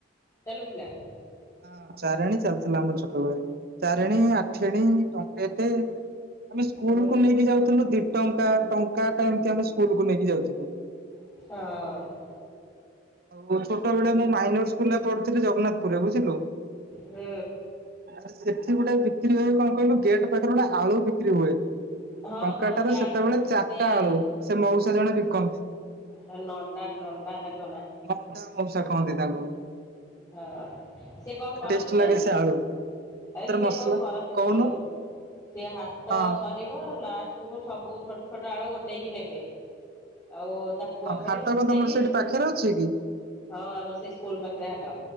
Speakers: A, on the left; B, on the right.
A: ଚାଲୁଥିଲା?
B: ହଁ ଚାରେଣୀ ଚାଲୁଥିଲା ଆମର ଛୋଟବେଳେ ଚାରେଣୀ ଆଠେଣୀ ଟଙ୍କେଟେ। ଆମେ ସ୍କୁଲକୁୁ
A: ହୁଁ
B: ନେଇକି ଯାଉଥିଲୁ ଦି ଟଙ୍କା ଟଙ୍କାଟେ ଏମତି ଆମେ ସ୍କୁଲ କୁ ନେଇକି ଯାଉଥିଲୁ।
A: ହଁ।
B: ଆଉ ଛୋଟ ବେଳେ ମୁଁ ମାଇନର ସ୍କୁଲ ରେ ପଢୁଥିଲି ଜଗନ୍ନାଥପୁରରେ ବୁଝିଲୁ।
A: ହୁଁ।
B: ଆଛା ସେଠି ଗୋଟେ ବିକ୍ରି ହୁଏ କଣ କହିଲୁ ଗେଟ୍ ପାଖରେ ଗୋଟେ ଆଳୁ ବିକ୍ରି ହୁଏ।
A: ହଁ
B: ଟଙ୍କାଟାରେ
A: ହଁ ସେ ଆଳୁ
B: ସେତେବେଳେ ଚାରିଟା
A: ସେ
B: ଆଳୁ ସେ ମଉସା ଜଣେ ବିକନ୍ତି।
A: ହେ ନଣ୍ଡା ନଣ୍ଡା ତାଙ୍କ ନାଁ।
B: ନଣ୍ଡା ମଉସା କହନ୍ତି ତାଙ୍କୁ।
A: ହଁ ସେ କଣ କରନ୍ତି
B: ଟେଷ୍ଟ ଲାଗେ
A: ଜାଣିଚୁ?
B: ସେ ଆଳୁ ସେଥିରେ
A: ହେ ସିଏ
B: ମସଲା
A: କଣ କରନ୍ତି
B: କହୁନୁ
A: ଶୁଣୁ ସେ ହାଟ
B: ହଁ
A: ସରିବ ଲାଷ୍ଟ ତାକୁ ସବୁ ଛୋଟ ଛୋଟ ଆଳୁ ଗୋଟେଇକି ନେବେ। ଆଉ ତାକୁ କଣ
B: ହଁ
A: କରିବେ
B: ହାଟ
A: ସିଝେଇକି
B: ତମର ସେଇଠି ପାଖରେ ଅଛି କି?
A: ହଁ ଆମର ସେଇ ସ୍କୁଲ୍ ପାଖରେ ହାଟ।